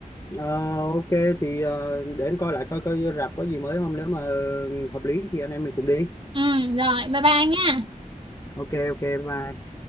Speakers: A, on the left; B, on the right.
A: Ờ, ok thì ờ, để anh coi lại coi coi rạp có gì mới không nếu mà hợp lý thì anh em mình cùng đi
B: ừ rồi bye bye anh nha
A: ok ok bye bye